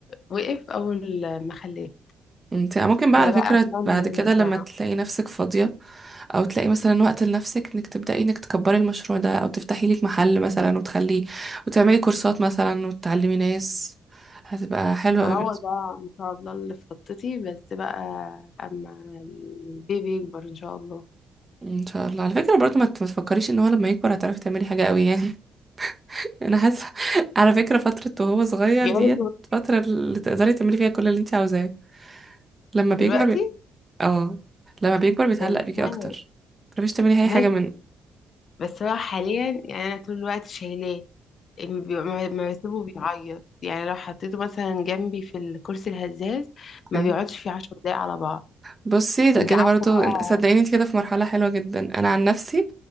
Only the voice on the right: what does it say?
انت ممكن بقى
على فكرة
بعد كده
لما تلاقي نفسك فاضية او تلاقي مثلا وقت لنفسك انك تبدأي انك تكبري المشروع ده او تفتحي لك محل مثلا وتخلي وتعملي كورسات مثلا وتعلمي ناس هتبقى حلوة
قوي
بالنسبة-
ان شاء الله على فكرة برضو ما ت- ما تفكريش ان هو لما يكبر هتعرفي تعملي حاجة قوي يعني <laughs> انا حاسة على فكرة فترة وهو صغير
ديت فترة اللي تقدري تعملي فيها كل اللي انت عاوزاه لما بيكبر
بي... اه لما بيكبر بيتعلق
بيكي اكتر متعرفيش تعملي
اي حاجة من
امم
بصي ده
كده
برضو
صدقيني انت كده في مرحلة حلوة جدا انا عن نفسي